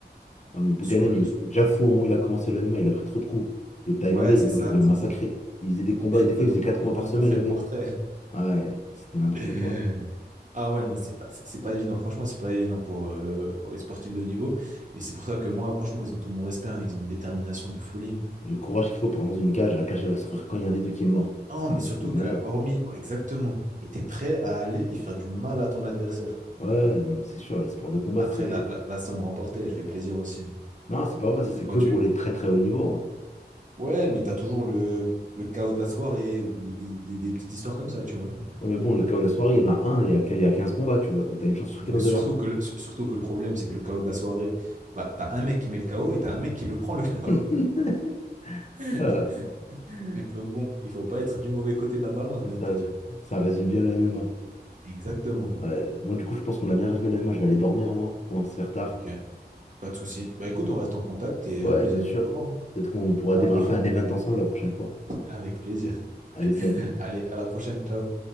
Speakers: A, on the left; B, on the right.
A: Ouais, mais Bouganem,
B: sur le.
A: il était déjà fou au moment où il a commencé le MMA, il a pris trop de coups. Les Thaïlandais,
B: Ouais,
A: ils
B: c'est
A: l'ont
B: ça,
A: ils l'ont
B: c'est
A: massacré.
B: ça.
A: Il faisait des combats, et des fois,
B: Ils
A: il
B: nous,
A: faisait 4
B: ont-
A: combats
B: ils nous
A: par
B: ont
A: semaine,
B: refait
A: le
B: le
A: mec.
B: portrait.
A: Ah Ouais, c'était n'importe
B: <laughs>
A: quoi.
B: Ah ouais, non, c'est pas, c'est c'est pas évident. Franchement, c'est pas évident pour, euh, pour les sportifs de haut niveau. Et c'est pour ça que moi, franchement, ils ont tout mon respect. hein. Ils ont une détermination de folie. hein.
A: Le courage qu'il faut pour rentrer dans une cage, la cage, elle va s'ouvrir quand il y a un des deux qui est mort.
B: Non,
A: C'est
B: mais
A: un truc
B: surtout
A: de malade.
B: que, hormis, bon, exactement, et t'es prêt à aller et faire du mal à ton adversaire.
A: Ouais, ouais, non, mais c'est sûr, les sports de combat,
B: Après,
A: c'est.
B: la, la, la somme remportée, elle fait plaisir aussi.
A: Non, c'est pas vrai,
B: Surtout
A: c'est
B: que quand
A: que
B: tu...
A: pour les très très hauts niveaux. hein.
B: Ouais, mais t'as toujours le, le chaos de la soirée ou des, des- des petites histoires comme ça, tu vois.
A: Ouais, mais bon, le cas où la soirée, il y en a un, il y a, quin- il y a quinze combats, tu vois. Donc t'as une chance sur
B: Et
A: 15
B: le- surtout
A: de l'avoir.
B: que, le- sur- surtout que le problème, c'est que le chaos de la soirée, bah, t'as un mec qui met le chaos et t'as un mec qui le prend, le chaos.
A: <laughs>
B: <laughs>
A: Euh,
B: Donc bon, il faut pas être du mauvais côté de la balance, j'ai
A: c'est
B: envie
A: ça,
B: de te dire.
A: ça résume bien le MMA.
B: Exactement.
A: Ouais, Bon, du coup, je pense qu'on a bien résumé le MMA. Je vais aller dormir, moi. Commence à se faire tard.
B: Ok, pas de souci. Bah écoute, on reste en contact et
A: Ouais,
B: au plaisir
A: bien sûr.
B: de te voir.
A: Peut-être qu'on pourra
B: Ça
A: débriefer
B: marche,
A: un event ensemble la prochaine fois.
B: avec plaisir.
A: Allez,
B: <laughs>
A: salut.
B: Allez, à la prochaine. Ciao.